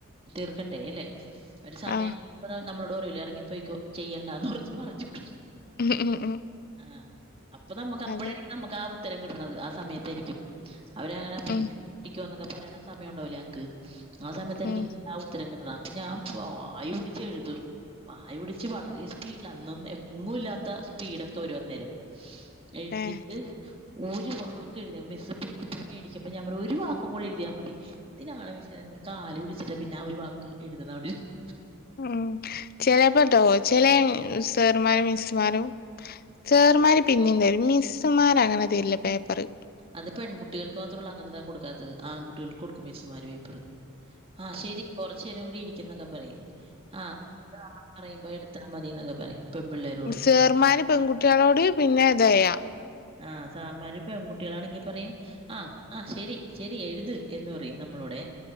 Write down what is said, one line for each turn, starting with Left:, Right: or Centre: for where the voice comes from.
Right: തീർക്കണ്ടേ ല്ലെ ഒരു സമയം
Left: ആഹ്
Right: കയിയുമ്പോ നമ്മളോട് പറയൂലെ ഇറങ്ങി പൊയ്ക്കോ ചെയ്യണ്ടാന്ന് കുറിച്ച് പറഞ്ഞു കൊടു
Left: ഉം ഉം ഉം
Right: ആഹ് അപ്പൊ നമ്മക്ക് അപ്പഴായിരിക്കും
Left: അതെ
Right: നമ്മക്ക് ആ ഉത്തരം കിട്ട്ണത് ആ സമയത്തായിരിക്കും അവരങ്ങനെ പൊയ്
Left: ഉം
Right: പൊയ്ക്കോ ന്നൊക്കെ പറയണ സമയം ഉണ്ടാവില്ലേ നങ്ങ്ക്ക് ആ സമയത്തായിരിക്കു
Left: ഉം
Right: ഇനി ആ ഉ ഉത്തരം കിട്ണ അപ്പ ഞാൻ ആയി പിടിച്ച് എഴുതും വായ പിടിച്ച് വളരെ സ്പീടിൽ അന്നൊന്നും എങ്ങും ഇല്ലാത്ത സ്പീടൊക്കെ വരും അന്നേരം എഴുതിട്ട്
Left: ഏഹ്
Right: ഒരു വാക്ക് എഴുതിയ മിസ്സ്‌ പേപ്പറ് മേടിക്കുമ്പം ഞാൻ പറയും ഒരു വാക്കും കൂടി എഴുതിയാ മതി ത്തിനാണ് മിസ്സേ കാല് പിടിച്ചിട്ട് പിന്നെ ആ ഒരു വാക്ക് എഴു ത് ണഅവിടെ ഇരുന്ന്
Left: ഉം ചെലെപ്പോട്ടോ ചെലെ സേർമാരും മിസ്സ് മാരും സേർമാര് പിന്നി തരും മിസ്സ്മാര് അങ്ങനെ തരില്ല പേപ്പറ്
Right: അത് പെൺകുട്ടികൾക്ക് മാത്രം ഒള്ളു അങ്ങനെ കൊടുക്കാത്തത് ആൺകുട്ടികൾക്ക് കൊടുക്കും മിസ്സ്‌മാര് പേപ്പറ് ആഹ് ശരി കൊറ്ച്ച് നേരം കൂടി ഇരിക്കുന്നൊക്കെ പറയും ആഹ് പറയുമ്പം എടുത്താ മതി ന്നൊക്കെ പറയും പെൺപിള്ളേരോട്.
Left: സേർമാര് പെൺകുട്ടികളോട് പിന്നെതായ
Right: ആഹ് സാർമാര് പെൺകുട്ടികളാണെങ്കി പറയും ആഹ് ആ ശെരി ശെരി എഴുത് എന്ന് പറയും നമ്മളോട്